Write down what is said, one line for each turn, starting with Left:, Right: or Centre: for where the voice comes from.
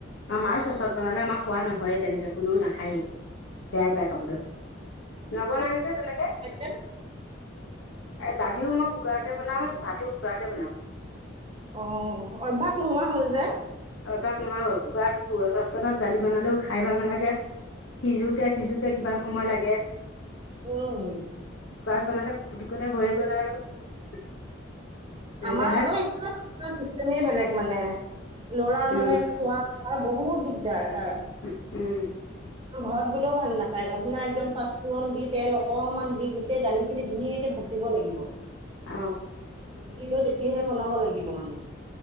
Left: আমাৰ চচত বনালে আমাক খোৱা নহয়েই তেনেকে কোনেও নাখায়েই। বেয়াই পাই খাবলৈ, নবনাই যে তেনেকে।
Right: <unintelligible>
Left: দালিও মই কুকাৰতে বনাওঁ ভাতো কুকাৰতে বনাওঁ।
Right: অ' অভ্যাস নোহোৱা হ'ল যে।
Left: অভ্যাস নোহোৱা হ'ল কুকাৰ চচপেনত দালি বনালেও খাই ভাল নালাগে। সিজোতে সিজোতে কিমান সময় লাগে।
Right: উম।
Left: কুকাৰত বনালে কু পুটুকতে হৈয় গ'ল আৰু। এনেকুৱাহে
Right: আমাৰ আকৌ <unintelligible> চিষ্টেমে বেলেগ মানে লৰাৰ
Left: উম
Right: মানে খোৱা। তাৰ বহুত দিগদাৰ তাৰ।
Left: উ উম।
Right: ঘৰত কোনেও ভাল নাপায় বপোনাৰ একদম পাঁচফোৰণ দি তেল অকনমান দি গোটেই দালি খিনি ধুনীয়াকে ভাজি দিব লাগিব
Left: অ',
Right: দিলো তেতিয়াহে বনাব লাগিব মানে